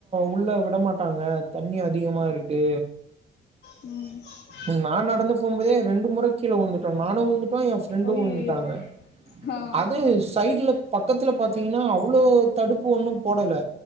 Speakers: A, on the right; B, on the left.
A: உள்ள விடமாட்டாங்க தண்ணி அதிகமா இருக்கு
B: ம்
A: எங் நா நடந்து போம் போதே ரெண்டு மொற கீ உழுந்துட்டோ நானு உழுந்துட்டோ ஏ ஃப்ரெண்டூ
B: அய்யய்யோ
A: உழுந்துட்டாங்க
B: ஆ
A: அது சைடுல பக்கத்துல பாத்தீங்கனா அவ்ளோ தடுப்பு ஒண்ணு போடல